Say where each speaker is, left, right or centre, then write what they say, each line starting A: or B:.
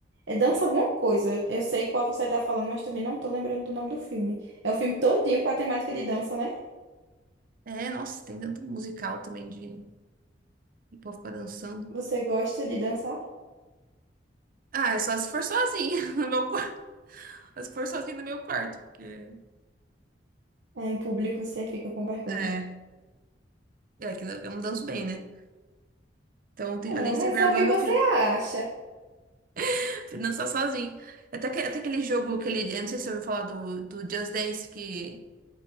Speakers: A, on the right; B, on the right.
A: é Dança Alguma Coisa. Eu sei qual você tá falando, mas também não tô lembrando do nome do filme. É o filme todinho com a temática de dança, né?
B: É, nossa, tem tanto musical também de, de povo ficar dançando.
A: Você gosta de dançar?
B: Ah, é só se for sozinha <laughs> no meu quarto. Mas se for sozinha no meu quarto, porque.
A: Ah, em público você fica com vergonha.
B: É, é que eu não danço bem, né? Então, tem-
A: Não,
B: além de
A: mas
B: ter vergonha,
A: é o que
B: eu
A: você
B: prefiro,
A: acha.
B: <laughs> prefiro dançar sozinha. Até, que, até aquele jogo, aquele, eu não sei se você ouviu falar do, do Just Dance, que,